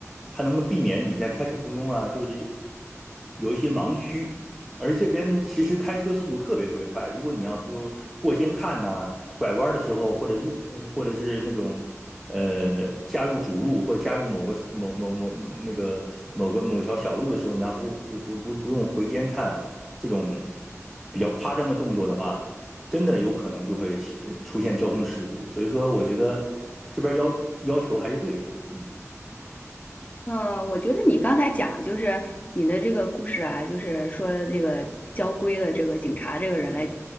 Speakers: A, in the centre; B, on the left.
A: 它能够避免你在开车途中啊，就是有一些盲区。而这边其实开车速度特别特别快，如果你要不过肩看呐、拐弯的时候或者入，呃或者是那种呃加入主路或者加入某个某某某嗯那个某个某条小路的时候，你要不不不不不用回肩看，这种比较夸张的动作的话，真的有可能就会呃出现交通事故。所以说，我觉得这边要要求还是对的，嗯。
B: 嗯，我觉得你刚才讲就是你的这个故事啊，就是说这个交规的这个警察这个人来，